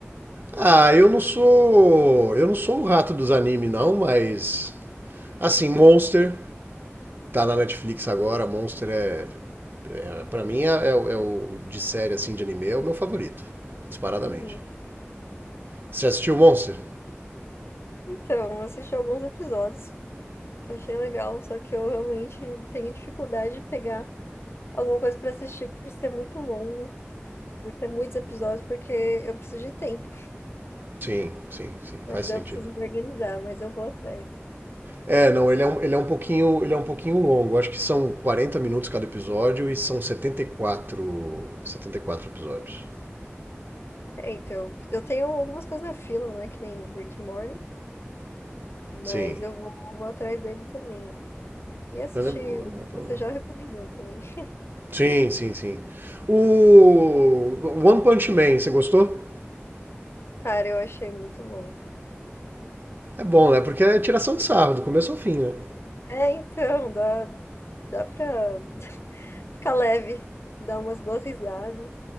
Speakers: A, on the right; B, on the left.
A: Ah, eu não sou. Eu não sou o rato dos animes, não, mas. Assim, Monster, tá na Netflix agora, Monster é. é pra mim, é, é o- é o de série assim de anime, é o meu favorito. Disparadamente.
B: Uhum.
A: Você já assistiu Monster?
B: Então, eu assisti alguns episódios, achei legal, só que eu realmente tenho dificuldade de pegar alguma coisa pra assistir por ser muito longo, por ter muitos episódios, porque eu preciso de tempo.
A: Sim, sim, sim,
B: Mas
A: faz sentido.
B: eu preciso me organizar, mas eu vou atrás.
A: É, não, ele é um, ele é um pouquinho, ele é um pouquinho longo. Acho que são 40 minutos cada episódio e são 74, 74 episódios.
B: É, então, eu tenho algumas coisas na fila, né, que nem Rick and Morty, mas
A: Sim.
B: eu vou, vou atrás dele também. E assistir
A: Ele é- é
B: o que
A: bom.
B: você já recomendou também. <laughs>
A: Sim, sim, sim. O One Punch Man, você gostou?
B: Cara, eu achei muito bom.
A: É bom, né? Porque é tiração de sarro, do começo ao fim, né?
B: É, então, dá, dá pra <laughs> ficar leve, dar umas boas risadas.